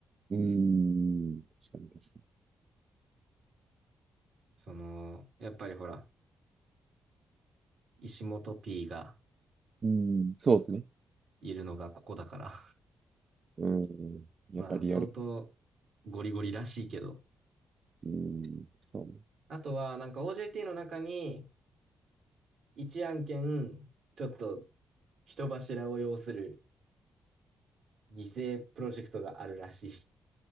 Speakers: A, on the right; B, on the right.
A: うーん。確かに、確か
B: その、やっぱりほら、石本 P が
A: に。うん。そうですね。
B: いるのがここだから。
A: うん。
B: <laughs> まあ、
A: やっぱりリアル。
B: 相当ゴリゴリらしいけど。
A: うん。そうね。
B: あとは、なんか OJT の中に、一案件、ちょっと人柱を要する犠牲プロジェクトがあるらしい。